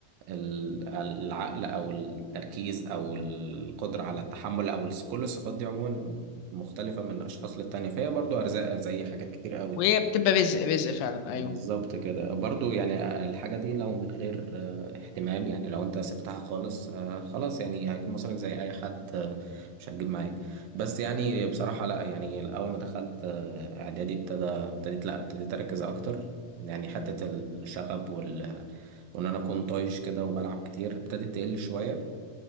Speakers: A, on the right (about 80°); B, on the left (about 80°).
A: ال- العقل او التركيز او القدرة على التحمل او الس- كل الصفات دي عموما مختلفة من اشخاص للتانية فهي برضو ارزاق زي حاجات كتير قوي
B: وهي بتبقى رزق رزق فعلا ايوه
A: بالظبط كده برضو يعني الحاجة دي لو من غير آه، اهتمام يعني لو انت سبتها خالص آه، خلاص يعني هيكون مصارك زي اي حد آه، مش هتجيب معاك بس يعني بصراحة لا يعني الاول ما دخلت آه، اعدادي ابتدى ابتديت لا ابتديت اركز اكتر يعني حتة الشغب وال وان انا اكون طايش كده وبلعب كتير ابتدت تقل شوية